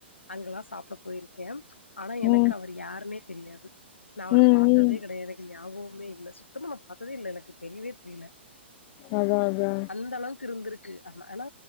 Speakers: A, on the left; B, on the left.
A: அங்கல்லா சாப்புட போயிருக்கே ஆனா எனக்கு
B: ம்
A: அவர் யாருனே தெரியாது நா அவர
B: ம்
A: பாத்ததே
B: ம்
A: கெடயாது எனக்கு ஞாபகொ ம்மே இல்ல சுத்தமா நா பாத்ததே இல்ல எனக்கு தெரியவே தெரில
B: அதா அதா
A: அந்தளவுக்கு இருந்திருக் க்கு ஆனா